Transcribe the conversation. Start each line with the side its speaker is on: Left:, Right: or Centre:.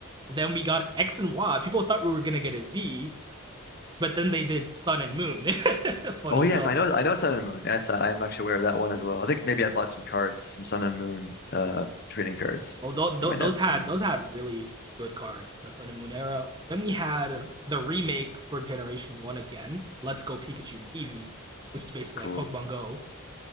Right: Then we got X and Y. People thought we were gonna get a Z, but then they did sun and moon. <laughs> Funny
Left: Oh yes,
Right: enough,
Left: I know I know Sun and Moon. Yes, I am actually aware of that one as well. I think maybe I bought some cards, some Sun and Moon uh trading cards
Right: Oh, th-
Left: for
Right: th-
Left: my
Right: those
Left: net.
Right: had
Left: My net.
Right: those had really good cards. The Sun and Moon era. Then we had the remake for Generation One again. Let's Go Pikachu and Eevee, which is basically
Left: Cool.
Right: like Pokemon Go.